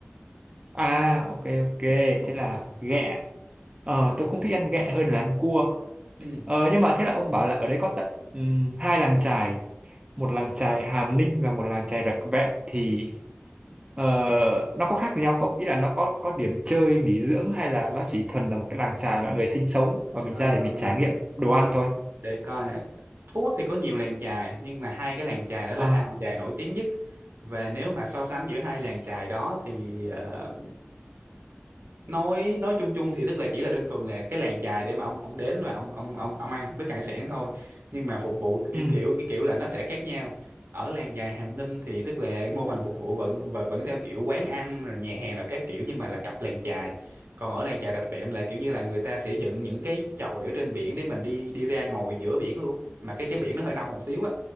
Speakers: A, on the right (about 25°); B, on the right (about 65°).
A: à ok ok
B: Ừ.
A: thế là ghẹ ờ tôi cũng thích ăn ghẹ hơn là ăn cua
B: Ừ.
A: ờ nhưng mà thế là ông bảo là ở đấy có tận ừm, hai làng chài một làng chài Hàm Ninh và một làng chài Rạch Vẹm thì Ờ, nó có khác gì nhau không? Ý là nó có có điểm chơi, nghỉ dưỡng hay là nó chỉ thuần là một cái làng chài mọi người sinh sống và mình
B: Ờ,
A: ra để mình trải nghiệm đồ ăn thôi.
B: để coi nè Phú Quốc thì có nhiều làng chài nhưng mà hai cái làng chài đó là
A: À,
B: hai làng chài nổi tiếng nhất và nếu mà so sánh giữa hai làng chài đó thì ờ, nói nói chung chung thì tức là chỉ là đơn thuần là cái làng chài để mà ông ông đến và ông ông ông ông ăn thức hải sản thôi nhưng mà phục vụ cái
A: ừ.
B: kiểu cái kiểu là nó sẽ khác nhau ở làng chài Hàm Ninh thì tức là mô hình phục vụ vẫn vẫn, vẫn theo kiểu quán ăn rồi nhà hàng nào các kiểu nhưng mà là cặp làng chài còn ở làng chài Rạch Vẹm là kiểu như là người ta sẽ dựng những cái chòi ở trên biển để mình đi đi ra ngồi giữa biển luôn mà cái cái biển nó hơi nông một xíu á